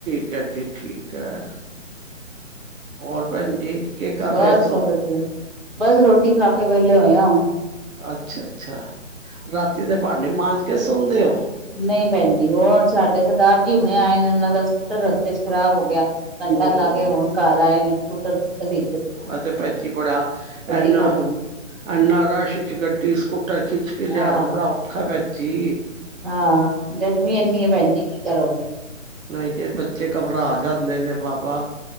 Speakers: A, on the right; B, on the right.
A: ਠੀਕ ਹੈ ਜੀ ਠੀਕ ਹੈ ਹੋਰ ਭੈਣ ਜੀ ਕੀ ਕਰ
B: ਬੱਸ
A: ਰਹੇ ਸੋ
B: ਸਭ ਵਧੀਆ ਬਸ ਰੋਟੀ ਖਾ ਕੇ ਵਿਹਲੇ ਹੋਏਆ ਹੁਣ
A: ਅੱਛਾ ਅੱਛਾ ਰਾਤੀ ਦੇ ਭਾਂਡੇ ਮਾਂਜ ਕੇ ਸੌਦੇ ਹੋ
B: ਨਹੀਂ ਭੈਣਜੀ ਹੁਣ ਸਾਡੇ ਸਰਦਾਰ ਜੀ ਹੁਣੇ ਆਏ ਨੇ ਉਹਨਾਂ ਦਾ ਸਕੂਟਰ ਰਸਤੇ ਚ ਖ਼ਰਾਬ ਹੋ ਗਿਆ ਘਟਾ
A: ਓਹੋ
B: ਲਾ ਕੇ ਹੁਣ ਘਰ ਆਏ ਨੇ ਸਕੂਟਰ ਸੀ
A: ਆ ਤੇ ਭੈਣਜੀ ਬੜਾ ਇਨਾ
B: ਖਾਧੀ
A: ਐਨਾ ਰਸ਼ ਚ ਗੱਡੀ ਸਕੂਟਰ ਖਿੱਚ ਕੇ ਲਿਆਣਾ
B: ਆਹ
A: ਬੜਾ ਔਖਾ ਹੈ ਜੀ
B: ਹਾਂ ਗਰਮੀ ਇੰਨੀ ਹੈ ਭੈਣ ਜੀ ਕੀ ਕਰੋਗੇ
A: ਨਹੀਂ ਜੇ ਬੱਚੇ ਘਬਰਾ ਜਾਂਦੇ ਨੇ ਬਾਬਾ